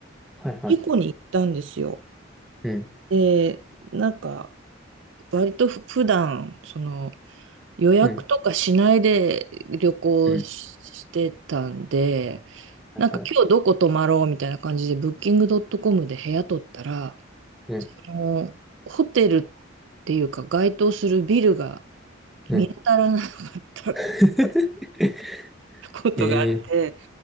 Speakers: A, in the centre; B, on the right.
A: はいはい、
B: チェコに行ったんですよ。
A: うん、
B: で、なんか、割とふ普段、その、予約とかしないで旅行ししてたんで、
A: うん、うん、はいはい、
B: なんか今日どこ泊まろうみたいな感じで、ブッキングドットコムで部屋取ったら、
A: うん、
B: その、ホテルっていうか、該当するビルが
A: うん。
B: 見当たらなかった。
A: <laughs>
B: ことがあって、
A: ええ